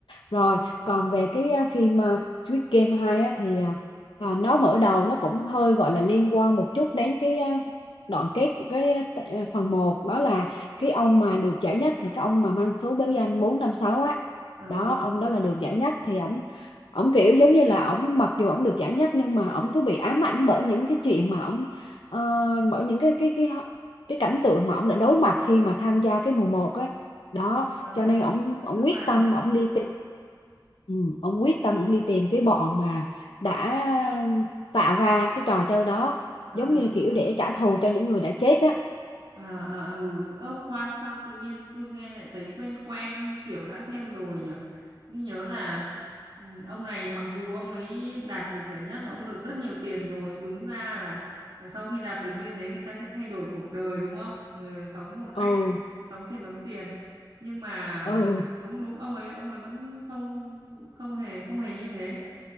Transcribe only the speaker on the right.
Rồi.
Ừ.
Xong,
ờ,
tức
tức
là
ừ,
ờ,
đúng
rồi.
ờ ờ ừ, ơ khoan sao tự nhiên tôi nghe lại thấy quen quen như kiểu đã xem rồi nhỉ? Tôi nhớ là ừ, ông này mặc dù ông ấy đạt được giải nhất và ông được rất nhiều tiền rồi, đúng ra là, là sau khi đạt được như thế người ta sẽ thay đổi cuộc đời đúng không? Ừ, sống một cách
sống trên đống tiền. Nhưng mà
đúng đúng ông ấy ông ấy vẫn không không hề không hề như thế.